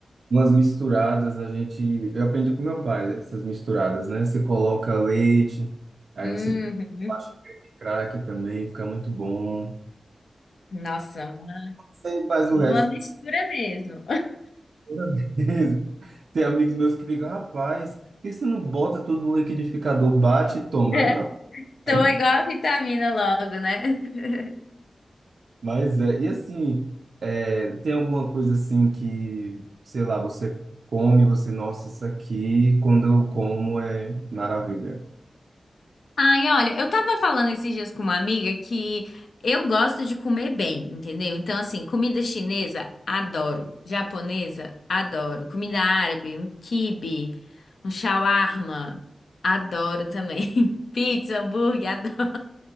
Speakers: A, on the right; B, on the left.
A: umas misturadas, a gente... Eu aprendi com meu pai essas misturadas, né? Você coloca leite, aí
B: Uhum.
A: você baixa creme de crack também, fica muito bom.
B: Nossa, uma
A: Sem mais
B: uma
A: o resto,
B: mistura mesmo.
A: era mesmo. <laughs> Tem amigos meus que ficam, rapaz, por que você não bota tudo no liquidificador, bate e toma?
B: <laughs>
A: Não,
B: Então
A: aí não...
B: é igual a vitamina logo, né? <laughs>
A: Mas é, e assim, é, tem alguma coisa assim que, sei lá, você come, você, nossa, isso aqui, quando eu como é maravilha.
B: Ai, olha, eu tava falando esses dias com uma amiga que eu gosto de comer bem, entendeu? Então, assim, comida chinesa, adoro. Japonesa, adoro. Comida árabe, um quibe, um shawarma, adoro também. <laughs> Pizza, hambúrguer, adoro.